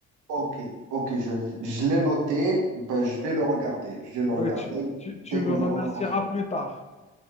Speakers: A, on the right (about 80°); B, on the left (about 25°).
A: Ok, ok, je, je l'ai noté, ben, je
B: Ouais.
A: vais le regarder. Je vais le regarder
B: Ouais, tu, tu-
A: dès
B: tu me
A: que
B: remercieras
A: j'aurai l'occasion.
B: plus tard.